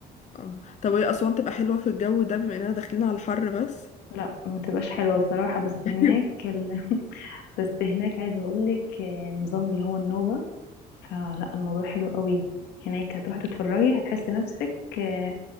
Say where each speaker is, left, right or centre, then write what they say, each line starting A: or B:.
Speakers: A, on the left; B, on the left.
A: اه طب هي اسوان تبقى حلوة في الجو ده بما اننا داخلين على الحر بس
B: لا ما تبقاش حلوة بصراحة بس
A: <laughs>
B: هناك ال... بس هناك عايزة اقولك آه، نظام اللي هو النوبة فلا الموضوع حلو قوي هناك هتروحي تتفرجي هتحسي نفسك آه،